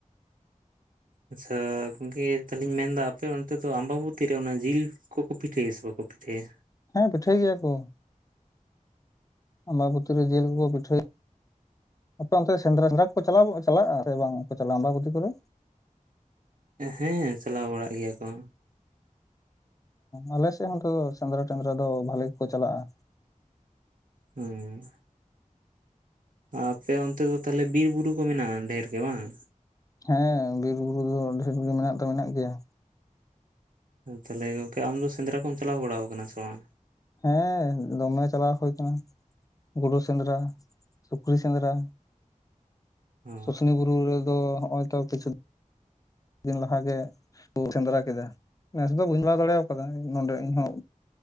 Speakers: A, on the right; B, on the left.
A: ᱟᱪᱪᱷᱟ ᱜᱚᱝᱠᱮ ᱛᱟᱦᱞᱮᱧ ᱢᱮᱱᱫᱟ ᱟᱯᱮ ᱚᱱᱛᱮ ᱫᱚ ᱟᱢᱵᱟᱵᱚᱛᱤ ᱨᱮ ᱚᱱᱟ ᱡᱤᱞ ᱠᱚᱠᱚ ᱯᱤᱴᱷᱟᱹᱭᱟ ᱥᱮ ᱵᱟᱠᱚ ᱯᱤᱴᱷᱟᱹᱭᱟ?
B: ᱦᱮᱸ ᱯᱤᱴᱷᱟᱹᱭ ᱜᱮᱭᱟ ᱠᱚ ᱟᱢᱵᱟᱵᱚᱛᱤ ᱨᱮ ᱡᱤᱞ ᱠᱚ ᱠᱚ ᱯᱤᱴᱷᱟᱹᱭ ᱟᱯᱮ ᱚᱱᱛᱮ ᱥᱮᱸᱫᱽᱨᱟ ᱥᱮᱸᱫᱽᱨᱟ ᱠᱚ ᱪᱟᱞᱟᱣ ᱪᱟᱞᱟᱜᱼᱟ ᱥᱮ ᱵᱟᱝ ᱠᱚ ᱪᱟᱞᱟᱜᱼᱟ ᱟᱢᱵᱟᱵᱚᱛᱤ ᱠᱚᱨᱮ?
A: ᱦᱮᱸ ᱪᱟᱞᱟᱣ ᱵᱟᱲᱟᱜ ᱜᱮᱭᱟ ᱠᱚ
B: ᱟᱞᱮ ᱥᱮᱫ ᱦᱚᱸᱛᱚ ᱥᱮᱸᱫᱽᱨᱟ ᱴᱮᱸᱫᱽᱨᱟ ᱫᱚ ᱵᱷᱟᱞᱮ ᱜᱮᱠᱚ ᱪᱟᱞᱟᱜᱼᱟ
A: ᱦᱩᱸ ᱟᱯᱮ ᱚᱱᱛᱮ ᱫᱚ ᱛᱟᱦᱞᱮ ᱵᱤᱨ ᱵᱩᱨᱩ ᱠᱚ ᱢᱮᱱᱟᱜᱼᱟ ᱰᱷᱮᱨ ᱜᱮ ᱵᱟᱝ?
B: ᱦᱮᱸ ᱵᱤᱨ ᱵᱩᱨᱩ ᱫᱚ ᱰᱷᱮᱨ ᱜᱮ ᱢᱮᱱᱟᱜ ᱫᱚ ᱢᱮᱱᱟᱜ ᱜᱮᱭᱟ
A: ᱛᱟᱞᱦᱮ ᱜᱚᱝᱠᱮ ᱟᱢ ᱫᱚ ᱥᱮᱸᱫᱽᱨᱟ ᱠᱚᱢ ᱪᱟᱞᱟᱣ ᱵᱟᱲᱟ ᱟᱠᱟᱱᱟ ᱥᱮ ᱵᱟᱝ?
B: ᱦᱮᱸ ᱫᱚᱢᱮ ᱪᱟᱞᱟᱣ ᱦᱩᱭ ᱠᱟᱱᱟ ᱜᱩᱰᱩ ᱥᱮᱸᱫᱽᱨᱟ ᱥᱩᱠᱨᱤ ᱥᱮᱸᱫᱽᱨᱟ
A: ᱚ
B: ᱥᱩᱥᱱᱤ ᱵᱩᱨᱩ ᱨᱮᱫᱚ ᱦᱚᱸᱜᱼᱚᱭ ᱛᱚ ᱠᱤᱪᱷᱩ ᱫᱤᱱ ᱞᱟᱦᱟ ᱜᱮ ᱠᱚ ᱥᱮᱸᱫᱽᱨᱟ ᱠᱮᱫᱟ ᱱᱮᱥ ᱫᱚ ᱵᱟᱹᱧ ᱵᱟᱜᱟᱣ ᱫᱟᱲᱮ ᱟᱠᱟᱫᱟ ᱱᱚᱰᱮ ᱤᱧᱦᱚᱸ